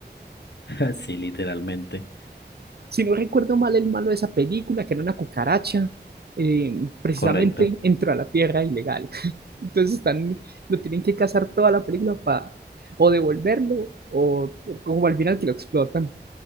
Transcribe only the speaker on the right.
Si no recuerdo mal, el malo de esa película, que era una cucaracha, eh, precisamente
entró a la tierra ilegal. <laughs> Entonces están, lo tienen que cazar toda la película para o devolverlo o, o como al final que lo explotan.